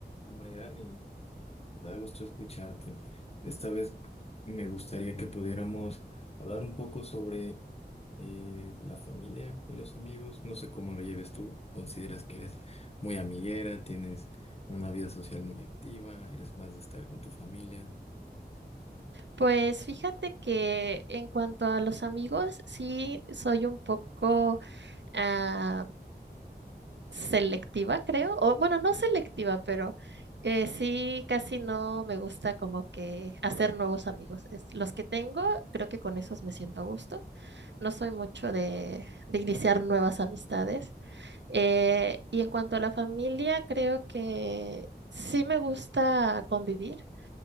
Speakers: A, on the left; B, on the right.
A: Mayrani, me da gusto escucharte. Esta vez me gustaría que pudiéramos hablar un poco sobre eh, la familia y los amigos. No sé cómo lo lleves tú. ¿Consideras que eres muy amiguera? ¿Tienes una vida social muy activa? ¿Eres más de estar con tu familia?
B: Pues fíjate que en cuanto a los amigos, sí soy un poco ah, selectiva, creo. O bueno, no selectiva, pero eh, sí casi no me gusta como que hacer nuevos amigos. Es- los que tengo, creo que con esos me siento a gusto. No soy mucho de, de iniciar nuevas amistades. Eh, y en cuanto a la familia, creo que sí me gusta convivir.